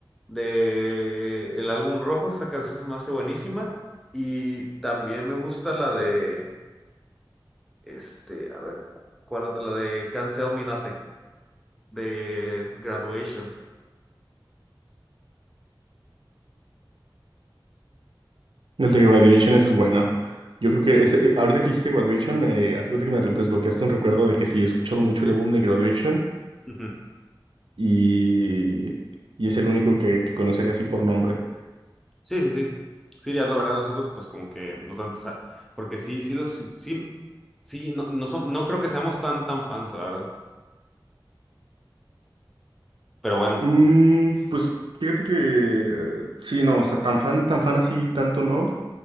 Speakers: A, in the centre; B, on the right.
A: de el álbum rojo, esa canción se me hace buenísima. Y también me gusta la de, este, a ver, ¿cuál otra? La de Can't Tell Me Nothing, de Graduation.
B: El de Graduation, ese es bueno. Yo creo que ese, eh, ahorita que hiciste Graduation, me hace cuenta que me desbloqueaste un recuerdo de que sí, he escuchado mucho el álbum de Graduation
A: Ujú.
B: y, y es el único que, que conocería así por nombre.
A: Sí, sí, sí. Sí, ya la verdad, los otros, pues como que no tanto, o sea, porque sí, sí, los, sí, sí, sí, no, no, son, no creo que seamos tan, tan fans, la verdad. Pero bueno.
B: Mm, pues fíjate que eh, sí, no, o sea, tan fan, tan fan así, tanto no.